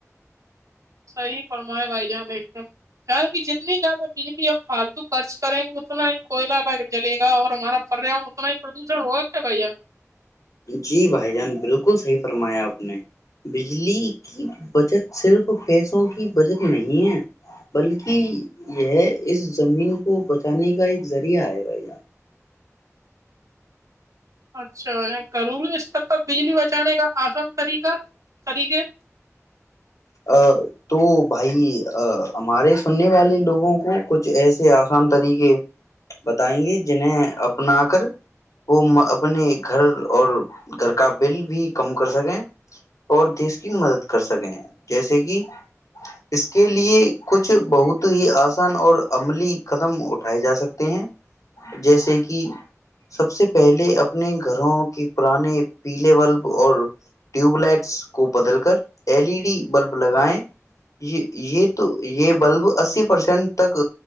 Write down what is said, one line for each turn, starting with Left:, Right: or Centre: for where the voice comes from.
Right: صحی فرمائے بھائی جان ایک دم یان کہ جتنی زیادہ بجلی ہم فالتو خرچ کریں گے اتنا ہی کوئلہ جلے گا اور ہمارا پریان اتنا ہی پردوشن ہوگا کیا بھائی یہ
Left: جی بھائی جان بالکل صحیح فرمایا آپ نے بجلی کی بچت صرف پیسوں کی بچت نہیں ہے بلکہ یہ اس زمین کو بچانے کا ایک ذریعہ ہے بھائی جان
Right: اچھا ا کروں اسر پر بجلی بچانے کا آسان طریقہ سری کے
Left: ا تو بھائی ہمارے سننے والے لوگوں کو کچھ ایسے آسان طریقے بتائیں گے جنہیں اپنا کر وہ اپنے گھر اور گھر کا بل بھی کم کر سکیں اور دیش کی مدد کر سکیں جیسے کہ اس کے لیے کچھ بہت ہی آسان اور عملی قدم اٹھائے جا سکتے ہیں جیسے کہ سب سے پہلے اپنے گھروں کے پرانے پیلے بلب اور ٹیوب لائٹس کو بدل کر ایل ای ڈی بلب لگائیں یہ یہ تو یہ بلب اسی پرسینٹ تک